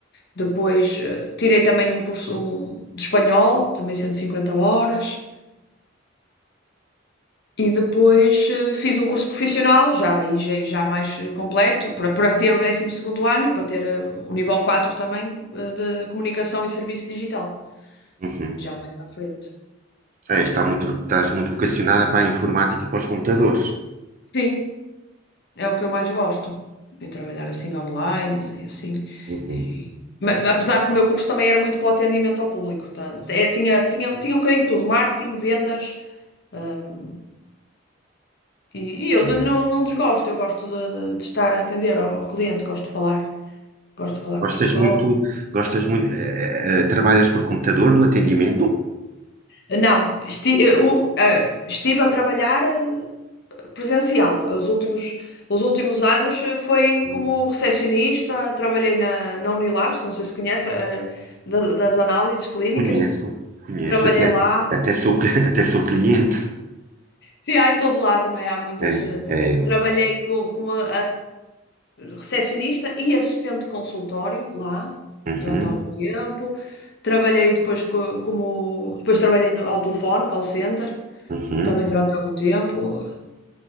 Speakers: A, on the left; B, on the right.
A: Depois eh, tirei também um curso um, de espanhol, também 150 horas. E depois eh, fiz um curso profissional, já, aí já, já mais eh, completo, para, para ter o décimo segundo ano e para ter eh, o nível 4 também eh, de comunicação e serviço digital,
B: uhum.
A: já mais à frente.
B: É, está muito, estás muito vocacionada para a informática e para os computadores.
A: Sim, é o que eu mais gosto, é trabalhar assim online e assim.
B: Uhum.
A: E- mas, apesar de que o meu curso também era muito para o atendimento ao público, tá? É, tinha, tinha, tinha um bocadinho de tudo, marketing, vendas, hum, E, e eu
B: uhum.
A: n- não, não desgosto, eu gosto de, de- de estar a atender ao ao cliente, gosto de falar, gosto de falar
B: Gostas
A: com as pessoas.
B: muito, gostas muito, eh, eh, eh, trabalhas por computador no atendimento?
A: Ah, Não, esti- eh, o- eh, estive a trabalhar eh, presencial. Os últimos, os últimos anos eh, foi
B: Hum,
A: como recepcionista, trabalhei na, na Unilabs, não sei se conhece, eh, da- das análises clínicas.
B: Conheço, conheço,
A: Trabalhei
B: até,
A: lá,
B: até sou, cli- <laughs> até sou cliente.
A: sim, há em todo lado, não é? Há muitas.
B: É,
A: eh,
B: é,
A: Trabalhei com, com uma, recepcionista e assistente de consultório lá
B: uhum,
A: durante algum tempo. Trabalhei depois co- como depois trabalhei no, ao telefone, call center,
B: uhum,
A: também durante algum tempo,